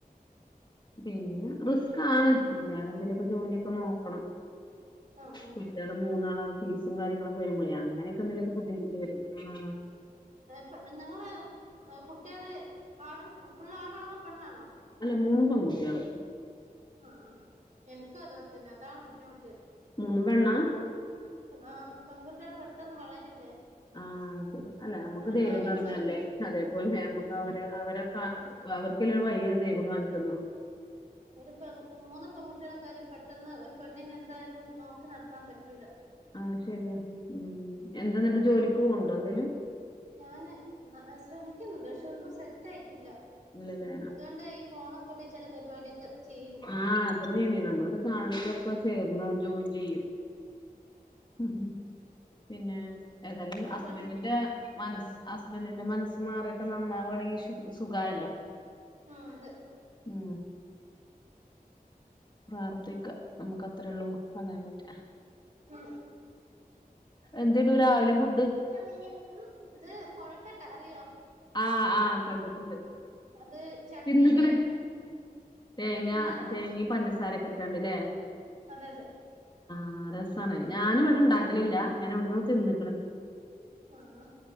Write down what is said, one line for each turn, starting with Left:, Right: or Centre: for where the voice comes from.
Left: പിന്നെ റിസ്ക്അണ് വേറെ എന്തെങ്കലുമൊക്കെ ജോലിയൊക്കെ നോക്കണം
Right: ഉം ഉം
Left: കുട്ടികള് മൂന്നാള ഫീസും കാര്യങ്ങളൊക്കെ വരുമ്പോളഅ അങ്ങനൊക്കെ എന്തേലൊക്കെ ബുദ്ധിമുട്ട് വരും ആ
Right: പെണ്ണുങ്ങള് കുട്ടിൾ ആനും ഫുൾ അണണോ പെണ്ണാണോ
Left: അല്ല മൂന്ന് പെൺകുട്ടികള്
Right: ആ എനിക്കും അതുപോലെ തന്നെ അതാണ് ബുദ്ധിമുട്ട്
Left: മുന്നും പെണ്ണാ
Right: ആപെകുട്ടിൾ പെട്ടെന്ന് വളരില്ലേ
Left: ആത് ശരി അല്ല നമ്മുക്ക്
Right: ഓരോ
Left: ദൈവം
Right: കാര്യങ്ങള്
Left: തന്നല്ലേ അതേപോലെ നമുക്ക് അവരെ അവരക്കെ
Right: ഉണ്ട്
Left: അവ ക്കലരു വയ്യ് ദൈവംകാണിച്ചെന്നോളും
Right: ഒരു പെ മൂന്ന് പെൺകുട്ടിളെ കാര്യം പെട്ടെന്ന് ഒരു പെണ്ണിനെ എന്തായാലും നോക്കി നടത്താൻ പറ്റൂല
Left: ആ ശരിയാ ഉം എന്താ എന്നിട്ട് ജോലിക്ക് പോവണ്ടോ എന്തേലും
Right: ഞാന് ശ്രമിക്കുന്നുണ്ട് പക്ഷെ ഒന്നും സെറ്റ് ആയിട്ടില്ല
Left: ഇല്ലല്ലേ
Right: അതുകൊണ്ടാ ഈ ഫോണിൽ കൂടി ചില പരിപാടിയൊക്കെ ചെയ്യുന്നു
Left: ആആ അത്ന്നെണ് നമ്മളത് കാ യെന്തങ്കിലൊക്കെ ചേർണം ജോയിൻ ചെയ്യും ഹ് ഹ് പിന്നെ ഏതായാലും
Right: ഞാൻ
Left: ഹസ്ബൻഡിന്റെ
Right: പ
Left: മനസ്സ് ഹസ് മാറൊക്കെ നന്നാവകണെങ്കിൽ സുഖല്ലോ
Right: ആഹ അത്
Left: ഉം പ്രാർത്ഥിക്ക നമുക്ക് അത്രേ ഉള്ളൂ പറകയാൻ പറ്റുക
Right: ന
Left: എന്തേലും രാവിലെ കുട്ട്
Right: എത്ര വ ഇത് കൊഴക്കട്ടാ അറിയോ
Left: ആഹ ആഹ കണ്ടിട്ടുണ്ട്
Right: അത് ചട്നിയില്
Left: എന്നിക്കണെ തേങ്ങ
Right: എന്താ
Left: തേങ്ങ പഞ്ചസാരൊക്കെ ഇട്ടണ്ട്ല്ലേ
Right: അതെ അതെ
Left: ആ രസമാണ് ഞാനും ഇവിടെ ഇണ്ടാക്കലില്ല ഞാൻ ഇവിടന്ന് തിന്നിക്കണം
Right: ആഹ